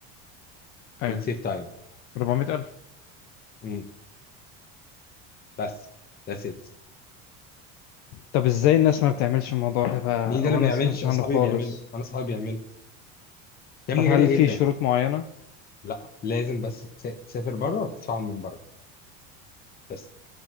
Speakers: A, on the left (about 55°); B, on the left (about 30°).
A: ايوه
B: وتسيف تايم
A: 400000
B: امم بس that's it
A: طب ازاي الناس ما بتعملش الموضوع ده بقى
B: مين ده
A: او
B: اللي
A: انا
B: بيعملش
A: ما سمعتش
B: اصحابي
A: عنه خالص
B: بيعملوا انا اصحابي بيعملوا يا
A: طب
B: ابني
A: هل
B: غاليه
A: في
B: جدا
A: شروط معينة
B: لا لازم بس تس- تسافر بره وتدفعهم من بره بس